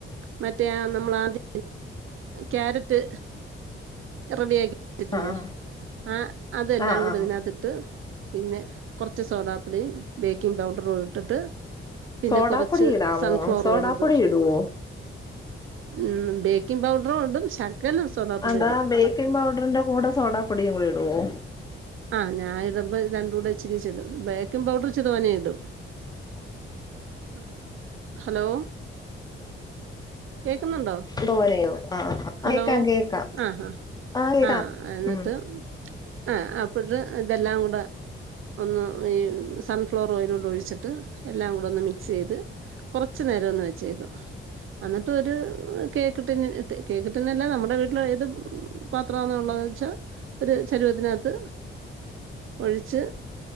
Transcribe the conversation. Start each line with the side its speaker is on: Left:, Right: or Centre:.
Right: മറ്റേ ആഹ് നമ്മള് ആദ്യം. ക്യാരറ്റ് റെഡി ആക്കി വെച്ചിട്ടില്ലേ,
Left: ആഹ് ആഹ്
Right: ആഹ് അതെല്ലാം
Left: ആഹ്
Right: കൂടെ
Left: ആഹ്
Right: ഇതിനുകത്തിട്ട് പിന്നെ. കുറച്ച് സോഡ് പൊടിയും ബേക്കിംഗ് പൗഡറും ഇട്ടിട്ട്. പിന്നെ
Left: സോഡാപ്പൊടി
Right: കൊറച്ച്
Left: ഇടാമോ
Right: സൺഫ്ലവർ
Left: സോഡാപ്പൊടി
Right: ഓയിലൂടെ ഒഴിച്ച്.
Left: ഇടുവോ
Right: ഉം ബേക്കിംഗ് പൗഡറും ഇടും ശകലം സോഡ് പൊടിയും.
Left: ആഹ് ബേക്കിംഗ് പൗഡറിന്റെ കൂടെ സോഡ് പൊടിയും കൂടി ഇടുവോ?
Right: ആഹ് ഞാന് ഇടുമ്പോ ഇത് രണ്ടും കൂടെ ഇച്ചിരി ഇച്ചിരി ഇടും, ബേക്കിംഗ് പൗഡർ ഇച്ചിരി തോനെ ഇടും. ഉം ഹലോ കേക്കുന്നുണ്ടോ,
Left: തോനെയോ ആ
Right: ഹലോ
Left: കേക്കാം കേക്കാം
Right: ആഹ് ആഹ്.
Left: ആ കേക്കാം
Right: ആഹ് എന്നിട്ട്
Left: ഉം
Right: ആഹ് അപ്പുറത്ത് ഇതെല്ലാം കൂടെ. ഒന്ന് ഈ സൺഫ്ലവർ ഓയിലൂടെ ഒഴിച്ചിട്ട് എല്ലാം കൂടെ ഒന്ന് മിക്സ് ചെയ്തു. കുറച്ച് നേരം ഒന്ന് വെച്ചേക്കും. എന്നിട്ട് ഒരു കേക്ക് ടിൻ ഇട്ട് കേക്ക് ടിന്നല്ല നമ്മുടെ വീട്ടിൽ ഏതും. പാത്രമൊന്നൊള്ളതെന്നുച്ചാ ഒരു ചരുവത്തിനാത്ത് ഒഴിച്ച്